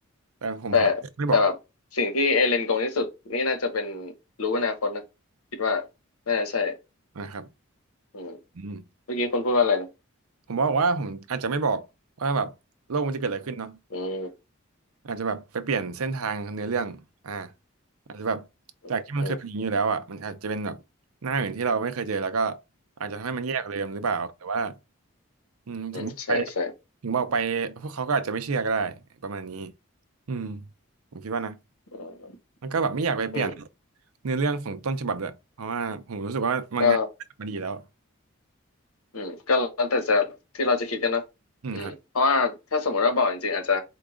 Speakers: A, on the right; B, on the left.
A: แต่ผมผมไม่บอก
B: แต่แต่แบบสิ่งที่เอเลนโกงที่สุดนี่น่าจะเป็นรู้อนาคตนะคิดว่าน่าจะใช่
A: นะครับ
B: อืม
A: อืม
B: เมื่อกี้คนพูดว่าอะไรนะ
A: ผมบอกว่าผมอาจจะไม่บอกว่าแบบโลกมันจะเกิดอะไรขึ้นเนาะ
B: อืม
A: อาจจะแบบไปเปลี่ยนเส้นทางเนื้อเรื่องอ่าอาจจะแบบ
B: อืมอืม
A: จากที่มันเคยเป็นอย่างนี้อยู่แล้วอ่ะมันอาจจะเป็นแบบหน้าอื่นที่เราไม่เคยเจอแล้วก็อาจจะทำให้มันแย่กว่าเดิมหรือเปล่าแต่ว่าอืมถึงไป
B: อืมใช่ใช่
A: ถึงบอกไปพวกเขาก็อาจจะไม่เชื่อก็ได้ประมาณนี้อืมผมคิดว่านะ
B: อืม
A: แล้วก็แบบไม่อยากไปเปลี่ยน
B: อืม
A: เนื้อเรื่องของต้นฉบับเลยเพราะว่าผมรู้สึกว่ามังงะมาดีแล้ว
B: ก็อืมก็แล้วแต่จะที่เราจะคิดกันเนอะอืมเพราะว่าถ้าสมมติว่าบอกจริงๆอาจจะ
A: อืมครับ